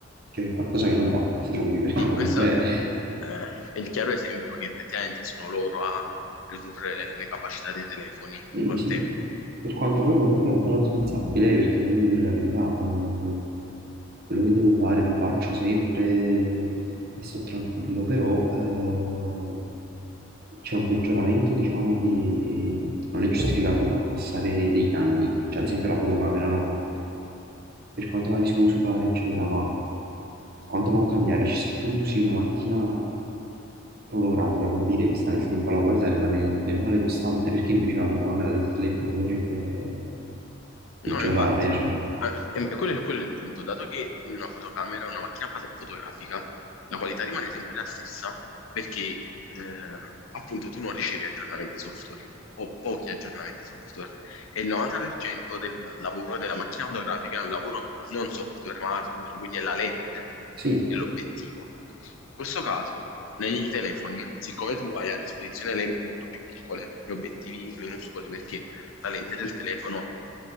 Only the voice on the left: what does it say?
Sì,
questo
eh, è il chiaro esempio che effettivamente sono loro a ridurre le capacità dei telefoni
col
tempo.
No,
infatti,
Ah, e- e quello è, quello è il punto, dato che una fotocamera, una macchina foto- fotografica, la qualità rimane sempre la stessa perché eh, appunto tu non ricevi aggiornamenti software o pochi aggiornamenti software e il 90% del lavoro della macchina fotografica è un lavoro non software ma hardware, quindi è la lente
e l'obiettivo. In questo caso, nei telefoni, siccome tu hai a disposizione lenti molto più piccole e obiettivi minuscoli perché la lente del telefono